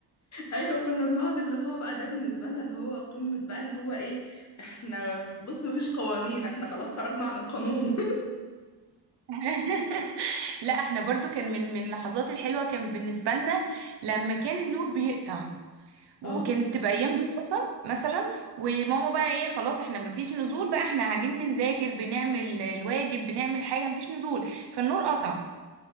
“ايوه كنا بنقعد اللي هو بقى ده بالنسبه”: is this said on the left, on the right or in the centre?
Left